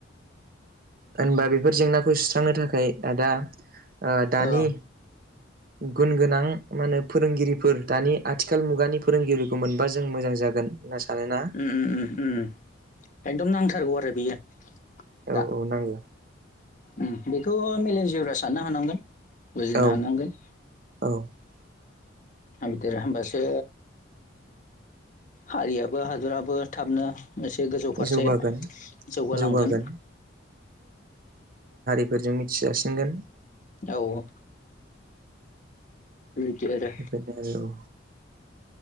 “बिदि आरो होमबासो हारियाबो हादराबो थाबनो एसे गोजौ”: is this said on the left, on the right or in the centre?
Left